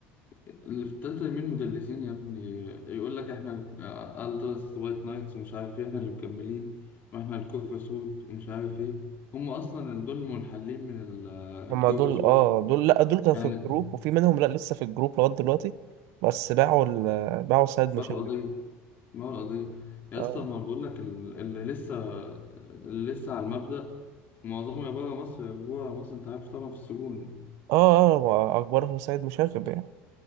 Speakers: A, on the left; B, on the right.
A: اللي في التالتة مين مدلسين يا ابني يقول لك احنا التراس وايت نايتس ومش عارف ايه احنا اللي مكملين واحنا الكورفا سود ومش عارف ايه هم اصلا اللي دول المنحلين من ال-
B: هما
A: الكورفا
B: دول
A: سود
B: اه دول لا دول كانوا
A: يعني
B: في الجروب وفي منهم لا لسه في الجروب لغاية دلوقتي بس باعوا ال... باعوا سيد
A: باعوا
B: مشاغب
A: قضية باعوا القضية يا
B: اه
A: اسطى ما بقول لك ال- اللي لسه اللي لسه على المبدأ معظمه يا بره مصر يا جوه مصر انت عارف طبعا في السجون يعني.
B: اه اه ما اكبرهم سيد مشاغب يعني